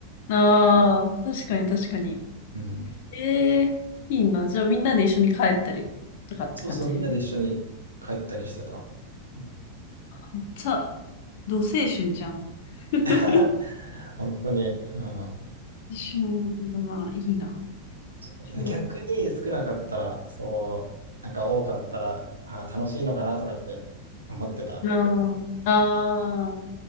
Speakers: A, on the left; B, on the right.
A: ああ、確かに、確かに。
B: うん。
A: ええいいな。じゃあ、みんなで一緒に帰ったりとかって感じ
B: そうそう、みんなで一緒に帰ったりしてた。うん
A: めっちゃ、同青春じゃん。<laughs>
B: <laughs> 本当に、うん、
A: 一緒だな、いいな。
B: そうで逆に少なかったら、
A: 一緒ん
B: そう、なんか多かったら、あー楽しいのかなとかって思ってた。
A: あああ、